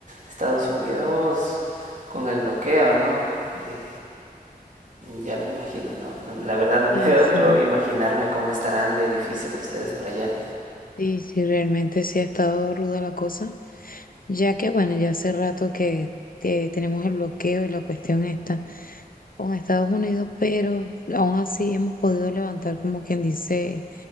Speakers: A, on the right; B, on the left.
A: Estados Unidos con el bloqueo, ¿no? Y ya me imagino, ¿no? No, La verdad no <laughs> puedo,
B: Y sí,
A: creo, imaginarme cómo estarán de difícil ustedes por allá.
B: sí, sí, realmente sí ha estado ruda la cosa, ya que bueno, ya hace rato que eh, tenemos el bloqueo y la cuestión está con Estados Unidos, pero aún así hemos podido levantar como quien dice